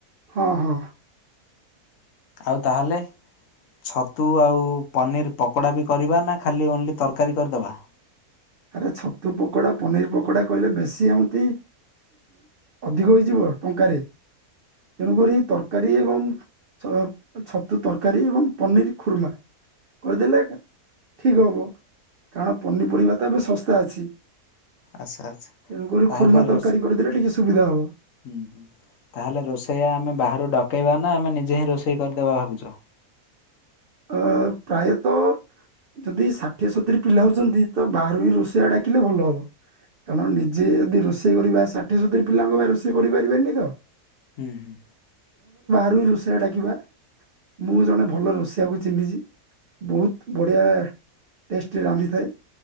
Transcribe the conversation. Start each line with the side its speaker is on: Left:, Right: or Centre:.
Right: ହଁ ହଁ।
Left: ଆଉ ତାହେଲେ ଛତୁ ଆଉ ପନିର୍ ପକୋଡ଼ା ବି କରିବା ନା ଖାଲି ଓନ୍ଲି ତରକାରୀ କରିଦେବା
Right: ଆରେ ଛତୁ ପକୋଡା ପନିର ପକୋଡା କହିଲେ ବେଶୀ ଏମିତି ଅଧିକ ହେଇଯିବ ଟଙ୍କାରେ ତେଣୁକରି ତରକାରୀ ଏବଂ ଛତୁ ତରକାରୀ ଏବଂ ପନିର ଖୁର୍ମା କରିଦେଲେ ଠିକ ହବ। କାରଣ ପନିପରିବା ତବେ ଶସ୍ତା ଅଛି।
Left: ଆଛା ଆଛା
Right: ତେଣୁକରି
Left: ତାହଲେ
Right: ଖୁର୍ମା
Left: ରସ
Right: ତରକାରୀ କରିଦେଲେ ଟିକେ ସୁବିଧା ହବ
Left: ହୁଁ ହ ତାହେଲେ ରୋଷେଇଆ ଆମେ ବାହାରୁ ଡକେଇବା ନା ଆମେ ନିଜେ ହିଁ ରୋଷେଇ କରିଦବା ଭାବୁଛ
Right: ଅ ପ୍ରାୟତଃ ଯଦି ଷାଠିଏ ସତୁୁରୀ ପିଲା ହଉଛନ୍ତି ତ ବାହରୁ ହି ରୋଷେୟା ଡାକିଲେ ଭଲ ହବ କାରଣ ନିଜେ ଯଦି ରୋଷେଇ କରିବା ଷାଠିଏ ସତୁରି ପିଲାଙ୍କ ବା ରୋଷେଇ କରିପାରିବନି ତ
Left: ହୁଁ ହୁଁ।
Right: ଆ ରୋଷେଇଆ ଡାକିବା ମୁଁ ଜଣେ ଭଲ ରୋଷେଇ କୁ ଚିିନିଛି ବହୁତ ବଢ଼ିଆ ଟେଷ୍ଟ ରାନ୍ଧିଥାଏ।